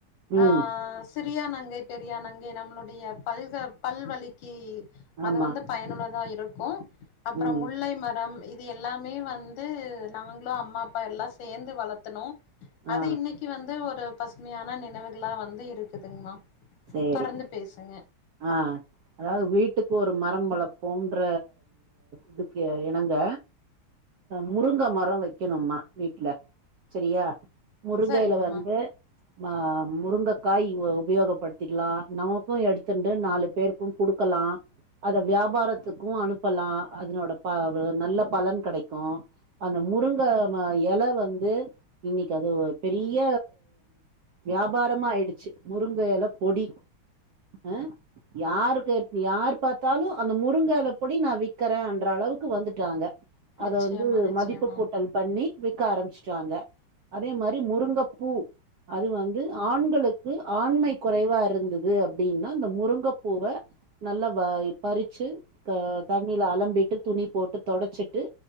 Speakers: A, on the left; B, on the right.
A: ஆ
B: ம்
A: சிறியா நங்கை பெரியா நங்கை நம்மளுடைய பல்க பல்வலிக்கி
B: ஆமா
A: அது வந்து பயனுள்ளதா இருக்கு அப்றோ
B: ம்
A: முல்லை மரம் இது எல்லாமே வந்து நாங்ளு அம்மா அப்பா எல்லா சேந்து வளத்துனோ அது
B: ஆ
A: இன்னைக்கு வந்து ஒரு பசுமையான நினைவுகளா வந்து இருக்குதுங்மா
B: சேரி
A: தொடர்ந்து பேசுங்க
B: ஆ அதாவது வீட்டுக்கு ஒரு மரம் வளர்ப்போம்ன்ற இதுக்கு இணங்க முருங்க மரோ வைக்கணும்மா வீட்ல செரியா முருங்கையில
A: சரிங்கம்மா
B: வந்து ம முருங்கக்காய் உபயோகப்பட் திக்லா நமக்கு எடுத்துண்டு நாலு பேருக்கு குடுக்கலா அத வியாபாரத்துக்கு அனுப்பலா அதனோட ப நல்ல பலன் கெடைக்கு அந்த முருங்க ம எல வந்து இன்னைக்கு அது ஒரு பெரிய வியாபாரமா ஆயிடுச்சு முருங்க எல பொடி அ யாரு கேட் யார் பாத்தாலு அந்த முருங்க எல பொடி நா விக்கறேன்ற அளவுக்கு வந்துட்டாங்க அத
A: நிச்சயமா
B: வந்து
A: நிச்சயமா
B: மதிப்பு கூட்டல் பண்ணி விக்க ஆரம்பிச்ட்டாங்க அதே மாரி முருங்கப்பூ அது வந்து ஆண்களுக்கு ஆண்மை குறைவா இருந்தது அப்டின்னா இந்த முருங்கப்பூவ நல்லா வ பறிச்சு அ தண்ணில அலம்பிட்டு துணி போட்டு தொடச்சிட்டு